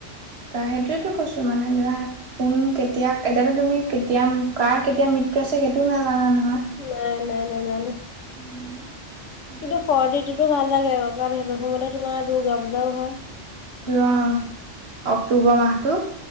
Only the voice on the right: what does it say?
সেইটোৱো কৈছোঁ মানে ধৰা কোন কেতিয়া, এতিয়াতো তুমি কেতিয়া কাৰ, কেতিয়া মৃত্যু আছে সেইটোও নাজানা নহয়।
<unintelligible> সেইটোৱে
অ', অক্টোবৰ মাহটো।